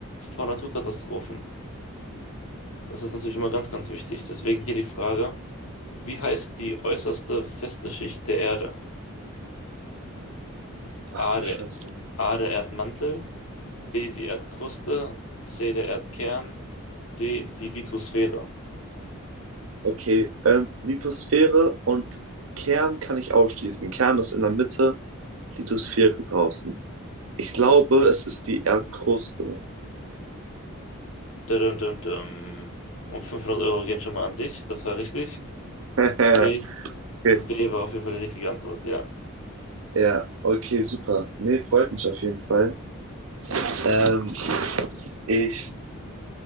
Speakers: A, on the left (about 70°); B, on the right (about 70°).
A: von Naturkatastrophen. Das ist natürlich immer ganz, ganz wichtig. Deswegen hier die Frage, wie heißt die äußerste feste Schicht der Erde?
B: Ach
A: A,
B: du
A: der,
B: Scheiße.
A: A, der Erdmantel, B, die Erdkruste, C, der Erdkern, D, die Lithosphäre.
B: Okay, ähm, Lithosphäre und Kern kann ich ausschließen. Kern ist in der Mitte, Lithosphäre draußen. Ich glaube, es ist die Erdkruste.
A: Düm, düm, düm. Und 500 Euro gehen schon mal an dich. Das war richtig.
B: <laughs>
A: B, B
B: Okay.
A: war auf jeden Fall die richtige Antwort, ja.
B: Ja, okay, super. Nee, freut mich auf jeden Fall. Ähm, ich,